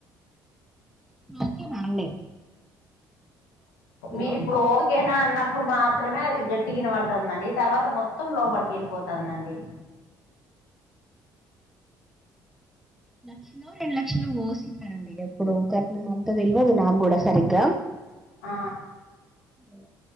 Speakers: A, in the centre; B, on the left (about 80°).
A: ఓకేనా అండి హలో
B: మీరు ఇప్పుడు ఓకేనా అన్నప్పుడు మాత్రమే అది గట్టిగా వినబడుతుందండి తర్వాత మొత్తం లోపలికి వెళ్ళిపోతుందండి
A: లక్షలు రెండు లక్షలు ఓ అండి ఎప్పుడు కట్నం అంతా తెలియదు నాకు కూడా సరిగ్గా
B: ఆ
A: ఓ